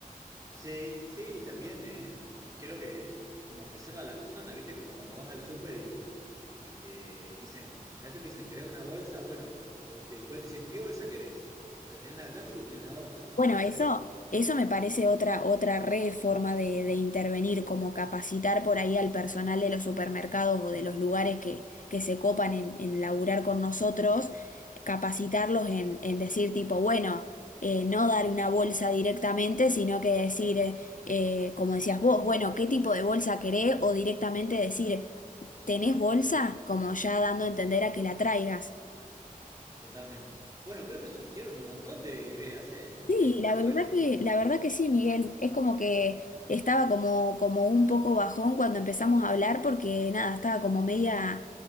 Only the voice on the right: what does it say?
Sí, sí, también em, creo que como ofrecerla a la persona, ¿viste? Como cuando vas al súper y, y te dicen, a veces te dicen, ¿querés una bolsa? Bueno, o, o te pueden decir, ¿qué bolsa querés? Porque tenés la de plástico y tenés la otra, ¿no?
Entonces,
mm,
mm,
mm,
totalmente. Bueno, creo que surgieron un montón de ideas, ¿eh?
Eh, está
bueno.